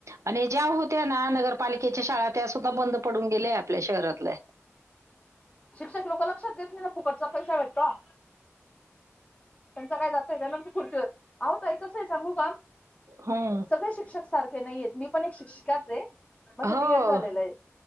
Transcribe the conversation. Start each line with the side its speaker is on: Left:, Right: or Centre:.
Right: आणि ज्या होत्या ना नगरपालिकेच्या शाळा, त्या सुद्धा बंद पडून गेल्या आपल्या शहरातल्या
Left: शिक्षक लोक लक्ष देत नाही, ना फुकटचा पैसा भेटतो. त्यांचं काय जातंय, त्यानंतर खुर्चीवर. आहो ताई, कसं आहे सांगू का?
Right: हं.
Left: सगळे शिक्षक सारखे नाहीयेत, मी पण एक शिक्षिकाच आहे. माझं
Right: हो.
Left: डी. एड. झालेलं आहे,